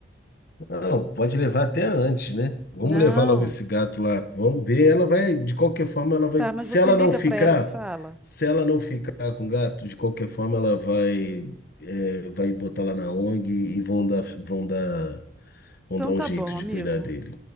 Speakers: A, on the left; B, in the centre.
A: Não, pode levar até antes, né? Vamos
B: Não.
A: levar logo esse gato lá. Vamos ver. Ela vai, de qualquer forma, ela vai.
B: Tá, mas
A: Se
B: você
A: ela
B: liga
A: não ficar,
B: pra ela e me fala?
A: se ela não ficar com o gato, de qualquer forma, ela vai, é, vai botar lá na ONG e vão dar, vão dar, vão
B: Então
A: dar um
B: tá
A: jeito
B: bom,
A: de
B: amigo.
A: cuidar dele.